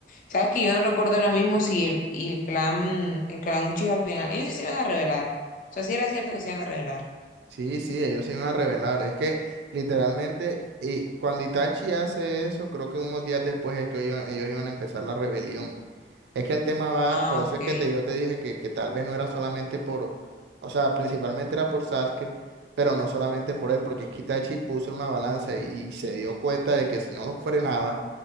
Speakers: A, on the left; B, on the right.
A: Sabes que yo no recuerdo ahora mismo si el, y el clan, el clan Uchiha al final, ellos sí se iban a revelar. O sea, sí era cierto que se iban a revelar.
B: Sí, sí, ellos se iban a rebelar. Es que literalmente, y cuando Itachi hace eso, creo que unos días después es que ellos iban, ellos iban a empezar la rebelión. Es que el tema va,
A: Ah,
B: por eso
A: ok.
B: es que te, yo te dije que, que tal vez no era solamente por, o sea, principalmente era por Sasuke, pero no solamente por él, porque es que Itachi puso en una balanza y, y se dio cuenta de que si no los frenaba,